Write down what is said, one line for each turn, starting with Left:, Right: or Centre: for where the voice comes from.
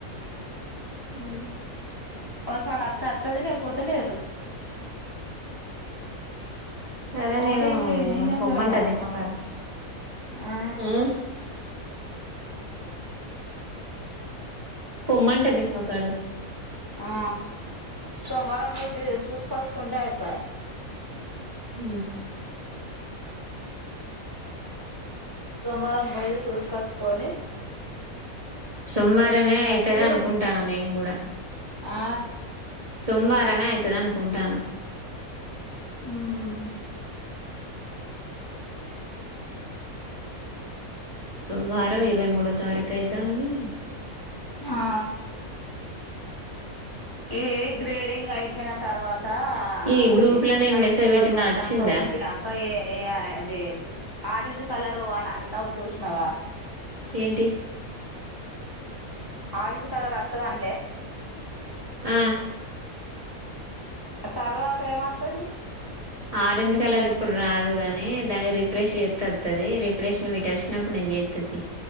Right: ఉ
Left: ఓ సారి అతే అత్తది లేకపోతే లేదు
Right: సరే
Left: ఓటీపీ
Right: నేను
Left: నీ నెంబరే
Right: పొమ్మంటది
Left: కదా
Right: ఒక అడుగు
Left: ఆ
Right: ఉ పొమ్మంటది ఒకడు
Left: ఆ సోమ్ వారం అయితే చూసు కొచ్చుకుంటే అయ్ పాయ
Right: అ
Left: సోమవారం బయేది చూసుకచ్చుకొని
Right: సోమవారమే
Left: ఇద్దరు
Right: అయితది
Left: కలిసి
Right: అనుకుంటన్న నేను గుడా అ
Left: ఆ
Right: సోమ్ వార్ రమే అయితది అనుకుంటాను
Left: ఉమ్
Right: సోమవారం ఇరవై మూడో తారీఖు అయితాంది
Left: ఆ ఏ గ్రేడింగ్ అయిపోన తర్వాత్ తా
Right: ఈ గ్రూప్
Left: అదే
Right: లో నేను
Left: ఫైవ్
Right: మెసేజ్
Left: నెంబర్
Right: పెట్టిన
Left: వడ్డాక
Right: వచ్చిందా
Left: ఓత్తినాంకా ఏ ఏ అది ఆరెంజ్ కలరు అని అండవ్ చూసినావా
Right: ఏంటి
Left: ఆరెంజ్ కలరు అత్తదాన్ లే
Right: ఆ
Left: ఆ తర్వాత ఏమొత్తది
Right: ఆరెంజ్ కలర్ ఇప్పుడు రాదు గాని దాని రిఫ్రెష్ చేత్తే అత్తది రిఫ్రెష్ <unintelligible> వచ్చినప్పుడు నేను చేయిత్తా తీ